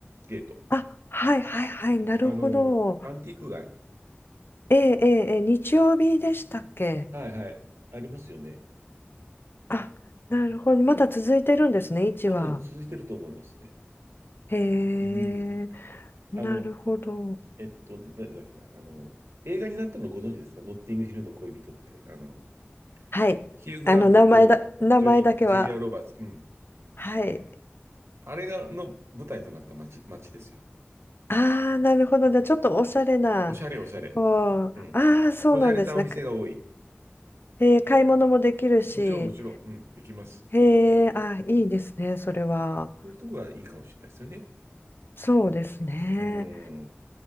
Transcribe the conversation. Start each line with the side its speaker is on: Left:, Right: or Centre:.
Right: ゲート。
Left: あ、はいはいはい、なるほど。
Right: あのーアンティーク街。
Left: ええええ、ええ日曜日でしたっけ
Right: はいはい。ありますよね。
Left: あ、なるほど。まだ続いてるんですね、1は
Right: 多分続いてると思いますね。
Left: へ
Right: うん。
Left: え、なるほど。
Right: あの、えっと、誰だっけな。あの、映画になったのご存知ですかノッティングヒルの恋人って。あの、
Left: はい。
Right: ヒュー・グラントとジュリ、
Left: あの、名前だ、名前だけは。
Right: ジュリア・ロバーツ。うん。
Left: はい。
Right: あれが、の舞台となった街、街ですよ。
Left: ああ、なるほど。じゃあ、ちょっとおしゃれな。
Right: おしゃれおしゃれ。
Left: ああー、
Right: うん。
Left: そうなんですね。
Right: こじゃれたお店が多い。
Left: かへえ、買い物もできるし。
Right: もちろんもちろん、うん、できます。
Left: へえ、あー、いいですね、それは。
Right: そういうとこがいいかもしれないですよね。
Left: そうですね。
Right: うーん。